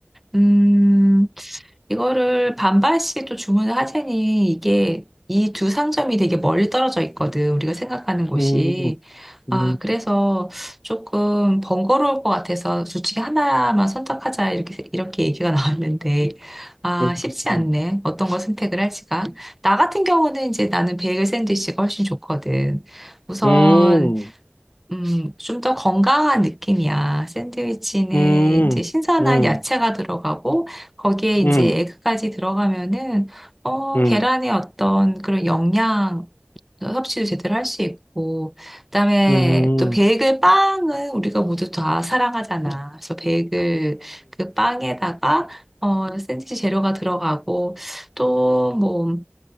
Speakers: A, in the centre; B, on the left.
A: 음, 이거를 반반씩 또 주문을 하자니 이게 이 두 상점이 되게 멀리 떨어져 있거든. 우리가 생각하는 곳이.
B: 음,
A: 아,
B: 음,
A: 그래서 조금 번거로울 것 같아서 둘 중에 하나만 선택하자. 이렇게, 이렇게 얘기가 <laughs> 나왔는데. 아,
B: 음,
A: 쉽지 않네. 어떤 걸 선택을 할지가. 나 같은 경우는 이제 나는 베이글 샌드위치가 훨씬 좋거든. 우선
B: 음, 음,
A: 음, 좀 더 건강한 느낌이야. 샌드위치는
B: 음,
A: 이제 신선한
B: 음,
A: 야채가 들어가고, 거기에 이제
B: 음,
A: 에그까지 들어가면은, 어,
B: 음,
A: 계란의 어떤 그런 영양 섭취도 제대로 할 수 있고, 그다음에
B: 음,
A: 또 베이글
B: 음,
A: 빵은 우리가 모두 다 사랑하잖아. 그래서 베이글 그 빵에다가, 어, 샌드위치 재료가 들어가고, 또 뭐,